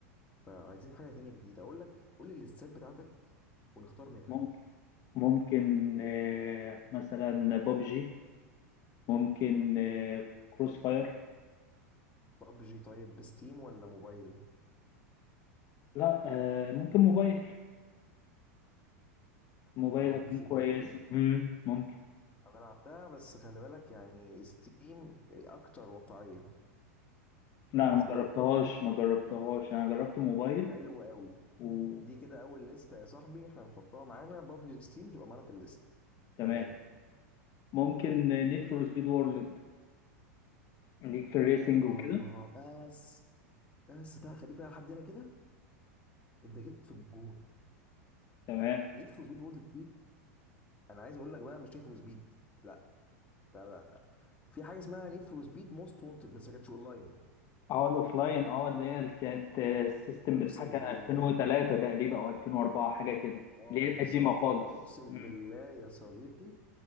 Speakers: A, on the left; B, on the left.
A: فعايزين حاجه تانية جديده اقول لك قول لي الليستات بتاعتك ونختار منها
B: ممكن ممكن آه، مثلا بابجي ممكن آه، كروس فاير
A: بابجي طيب بستيم ولا موبايل
B: لا آه، ممكن موبايل موبايل
A: بابجي
B: هتكون كويسة
A: موبايل
B: مم، ممكن
A: انا لعبتها بس خلي بالك يعني ستيم اكتر واقعيه
B: لا
A: بالنسبه
B: انا ما جربتهاش
A: لي
B: ما جربتهاش انا جربت موبايل
A: حلو قوي
B: و
A: دي كده اول ليست يا صاحبي احنا هنحطها معانا بابجي ستيم تبقى معانا في الليست
B: تمام
A: تمام
B: ممكن نيد فور سبيد وورلد ليك في الريسنج
A: اه
B: وكده
A: بس بس بقى خليك بقى لحد هنا كده انت جيت في الجون
B: تمام
A: نيد فور سبيد وورلد دي انا عايز اقول لك بقى مش نيد فور سبيد لا لا لا في حاجه اسمها نيد فور سبيد موست وونتد بس ما كانتش اونلاين
B: اه الاوفلاين اه اللي هي كانت السيستم
A: اقسم
B: بتاعها كان
A: بالله
B: 2003 تقريبا او 2004 حاجه كده
A: اه
B: اللي هي القديمه
A: بالظبط
B: خالص
A: كده اقسم
B: مم.
A: بالله يا صديقي